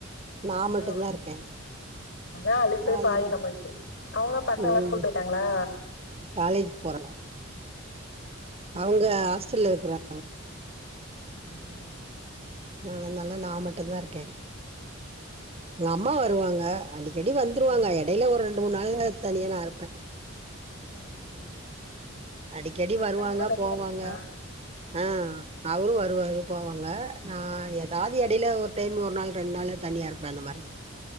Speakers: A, on the right (about 30°); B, on the left (about 65°).
A: நா
B: அதா
A: மட்டுந்தா இருக்கே
B: அதா அளுப்பே
A: அது
B: பாதி நமக்கு அவுங்க பசங்கலா
A: ம்
B: ஸ்கூல் போயிட்டாங்களா
A: காலேஜ் போறாங்க அவுங்க
B: ம்
A: ஹாஸ்டல்ல இருக்குறாங்
B: ம் ம்
A: அதனால நா மட்டுந்தா இருக்கே
B: ம்
A: எங்க அம்மா வருவாங்க அடிக்கடி வந்துருவாங்க எடையில ஒரு ரெண்டு மூணு நாள் தனியா நா இருப்பே
B: ம் ம்
A: அடிக்கடி
B: உங்க ஹஸ்பண்ட்லா
A: வருவாங்க
B: வெளில
A: போவாங்க
B: இருக்காங்களா
A: ஆ அவரு வருவாரு போவாங்க நா எதாவது எடையில ஒரு டைம் ஒரு நாள் ரெண்ட் நாள் தனியா இருப்பே அந்த மாரி